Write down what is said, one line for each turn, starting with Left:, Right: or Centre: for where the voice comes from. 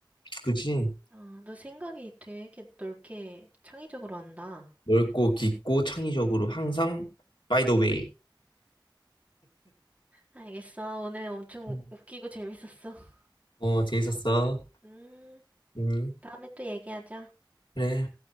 Left: 그치.
Right: 어, 너 생각이 되게 넓게 창의적으로 한다.
Left: 넓고 깊고 창의적으로 항상 by the way.
Right: 알겠어. 오늘 엄청
Left: 음,
Right: 웃기고 재밌었어. <laughs>
Left: 어, 재밌었어.
Right: 음,
Left: 음,
Right: 다음에 또 얘기하자.
Left: 그래.